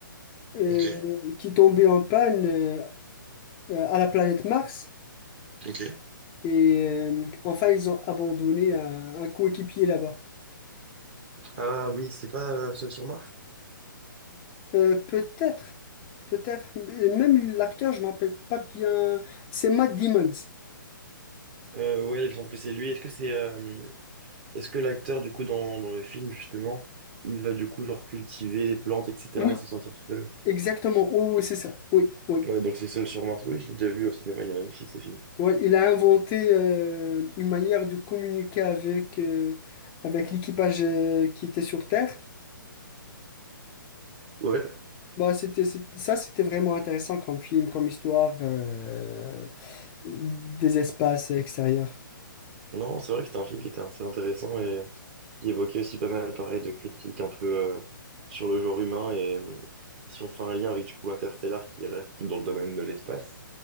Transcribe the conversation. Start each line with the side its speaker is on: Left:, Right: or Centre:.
Left: euh,
Right: Ok,
Left: qui tombait en panne euh, euh, à la planète Mars.
Right: ok.
Left: Et euh, enfin, ils ont abandonné un un coéquipier là-bas.
Right: Ah oui, c'est pas euh, Seul sur Mars?
Left: Euh, peut-être, peut-être, mais même l'acteur, je ne me rappelle pas bien. C'est Matt Damon.
Right: Euh, ouais, il me semble que c'est lui. Est-ce que c'est euh, est-ce que l'acteur du coup dans, dans le film justement, il va du coup genre cultiver les plantes etc
Left: Oui,
Right: et s'en sortir tout seul?
Left: exactement. Oui, oui, c'est ça. Oui, oui.
Right: Ouais, donc c'est Seul sur Mars. Oui, je l'ai déjà vu au cinéma. Il est magnifique ce film.
Left: Ouais, il a inventé euh, une manière de communiquer avec, euh, avec l'équipage euh, qui était sur Terre.
Right: Ouais,
Left: Bah, c'était, c'est- ça, c'était vraiment intéressant comme film, comme histoire euh, des espaces extérieurs.
Right: non, c'est vrai que c'était un film qui était assez intéressant et qui évoquait aussi pas mal, pareil, de critiques un peu euh, sur le genre humain. Et euh, si on fait un lien avec du coup Interstellar qui reste dans le domaine de l'espace,